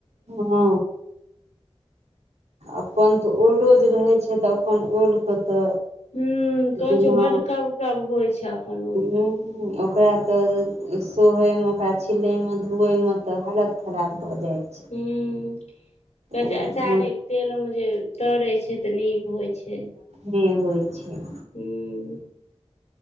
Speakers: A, on the right (about 85°); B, on the left (about 80°).
A: हँ। अपन त ओलो जे रहै छै त अपन ओल के तऽ
B: हूॅं कहै
A: बिना
B: छै ओ बड्ड कब कब होइ छै। अपन ओल
A: हूँ हुओकरा तऽ सोहयमे ओकरा छिलयमे धोएमे तऽ हालत खराब भऽ जाइ छै।
B: हूॅं कहै
A: ओ
B: छै अचारे के तेलमे जे तरै छै तऽ नीक होइ छै।
A: नहि होइ छै।
B: हूॅं